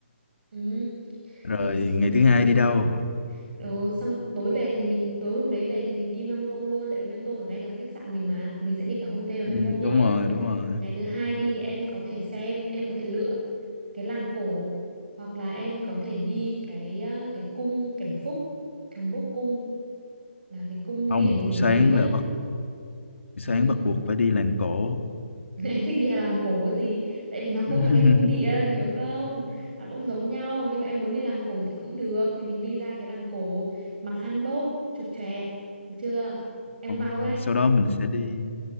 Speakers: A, on the right; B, on the left.
A: ừ,
B: Rồi
A: thì chị sẽ
B: ngày thứ
A: đưa
B: hai đi đâu?
A: Đồ, xong tối về thì mình tối hôm đấy về thì mình đi Myeongdong luôn tại vì Myeongdong ở ngay gần khách sạn mình mà thì mình sẽ đi cả Hongdae và
B: Ừ,
A: Myeongdong nhá
B: đúng rồi, đúng rồi.
A: Ngày thứ hai đi thì em có thể xem, em có thể lựa cái làng cổ hoặc là em có thể đi cái ờ, cái cung Cảnh Phúc, 경복 Bốc cung là cái cung
B: Không,
A: điện
B: buổi
A: nổi
B: sáng
A: tiếng nhất.
B: là bắt buổi sáng
A: Ừm,
B: bắt buộc phải đi làng cổ.
A: <laughs> Em thích đi làng cổ gì? Tại vì nó cũng
B: <laughs>
A: là cái cung điện, hiểu không? Nó cũng giống nhau nhưng mà em muốn đi làng cổ thì cũng được, thì mình đi ra cái làng cổ mặc hanbok, chụp choẹt, được chưa? Em
B: Rồi,
A: có mặc không đấy?
B: sau đó mình sẽ đi.